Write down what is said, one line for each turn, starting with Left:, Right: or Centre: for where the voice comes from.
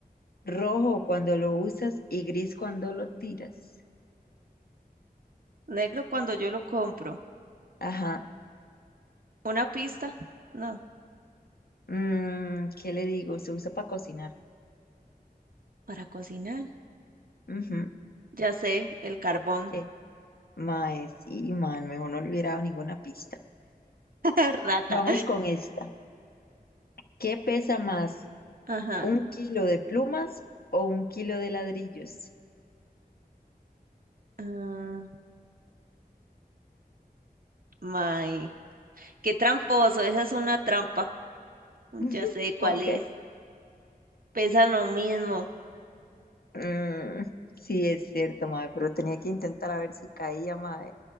Left: rojo cuando lo usas y gris cuando lo tiras.
Right: Negro cuando yo lo compro.
Left: Ajá.
Right: Una pista. No,
Left: Mm, ¿qué le digo? Se usa para cocinar.
Right: para cocinar.
Left: Ujú.
Right: Ya sé, el carbón.
Left: ¿Qué? Mae, sí, man, mejor no le hubiera dado ninguna pista.
Right: <laughs> Rata.
Left: Vamos con esta. ¿Qué pesa más?
Right: Ajá.
Left: ¿Un kilo de plumas o un kilo de ladrillos?
Right: Ah, may. Qué tramposo, esa es una trampa. Ya
Left: <laughs>
Right: sé
Left: ¿Por
Right: cuál
Left: qué?
Right: es. Pesan lo mismo.
Left: Mm, sí, es cierto, mae, pero tenía que intentar a ver si caía, mae.